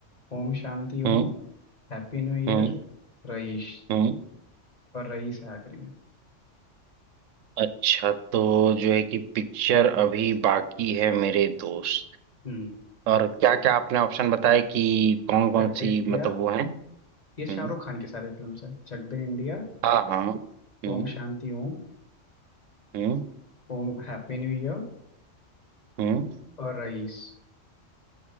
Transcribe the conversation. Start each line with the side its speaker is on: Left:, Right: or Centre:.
Left: Om Shanti Om
Right: हम्म
Left: Happy new year
Right: हम्म
Left: Raees
Right: हम्म
Left: और रईस है आखिरी में
Right: अच्छा तो जो है कि पिक्चर अभी बाकी है मेरे दोस्त
Left: हम्म
Right: और क्या क्या आपने ऑप्शन बताए कि कौन कौन
Left: चक दे
Right: सी
Left: इंडिया
Right: मतलब वो है हम्म
Left: ये शाहरुख खान के सारे फिल्म्स हैं Chak De India
Right: हाँ हाँ हम्म
Left: Om Shanti Om
Right: हम्म
Left: Om happy new year
Right: हम्म
Left: और रईस